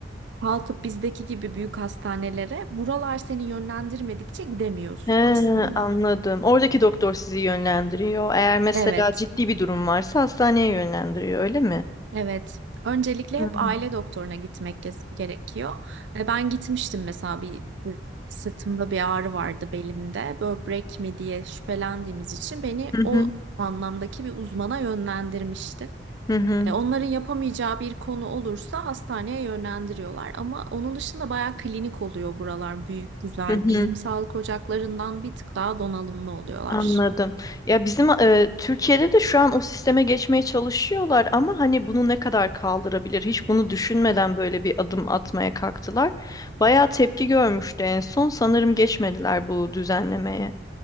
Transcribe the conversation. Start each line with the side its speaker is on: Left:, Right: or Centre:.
Right: Kalkıp bizdeki gibi büyük hastanelere buralar seni yönlendirmedikçe gidemiyorsun
Left: He,
Right: aslında.
Left: anladım. Oradaki doktor sizi yönlendiriyor. Eğer mesela
Right: Evet.
Left: ciddi bir durum varsa hastaneye yönlendiriyor öyle mi?
Right: Evet. Öncelikle
Left: Hı
Right: hep
Left: hı.
Right: aile doktoruna gitmek ge- gerekiyor. E, Ben gitmiştim mesela bir bir sırtımda bir ağrı vardı belimde. Böbrek mi diye şüphelendiğimiz için beni
Left: Hı
Right: o
Left: hı.
Right: anlamdaki bir uzmana yönlendirmişti.
Left: Hı hı.
Right: E, Onların yapamayacağı bir konu olursa hastaneye yönlendiriyorlar. Ama onun dışında bayağı klinik oluyor buralar. Büyük, güzel.
Left: Hı hı.
Right: Bizim sağlık ocaklarından bir tık daha donanımlı oluyorlar.
Left: Anladım. Ya bizim e, Türkiye'de de şu an o sisteme geçmeye çalışıyorlar ama hani bunu ne kadar kaldırabilir? Hiç bunu düşünmeden böyle bir adım atmaya kalktılar. Bayağı tepki görmüştü en son. Sanırım geçmediler bu düzenlemeye.